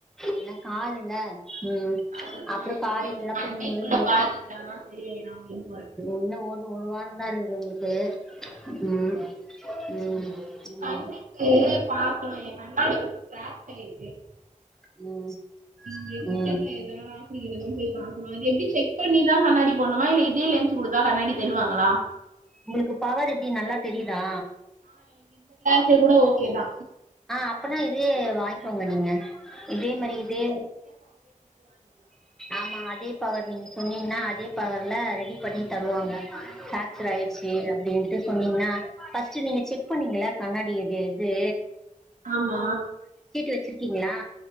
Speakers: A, in the centre; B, on the right.
A: ஏனா காலுல்ல ம்
B: அதுதா
A: அப்புறோ
B: இப்போ
A: காலேஜ்
B: இந்த
A: எல்லா
B: மண்டேக்குள்ள
A: போம்போது
B: பாத்துக்கிட்டாதா சரியாயிடு அப்டின்னு போறே
A: என்ன ஒரு ஒர் வாரந்தா இருக்கு து உங்களுக்கு ம் ம் ம்
B: கண்ணுக்கு பாக்கணு என்னன் <inaudible>
A: ம்
B: நீங்க கிட்டத்துல
A: ம்
B: எதாவது <unintelligible> போய் பாக்கணு அது எப்டி செக் இப்ப நீதா கண்ணாடி போணுமா இல்ல இதே லென்ஸ் குடுத்தா கண்ணாடி தருவாங்களா
A: உங்களுக்கு பவர் எப்டி நல்லா தெரியுதா
B: இதே கூட ஓகேதா
A: அப்பனா இதே வாங்க்கோங்க நீங்க இதே மாரி இதே ஆமா அதே பவர் நீங்க சொன்னீங்கன்னா அதே பவர்ல ரெடி பண்ணி தருவாங்க பிரேக்சர் ஆயிருச்சு அப்டின்ட்டு சொன்னீங்கன்னா ஃபஸ்ட்டு நீங்க செக் பண்ணீங்கள கண்ணாடிய இது எது
B: ஆமா
A: வச்சிருக்கீங்களா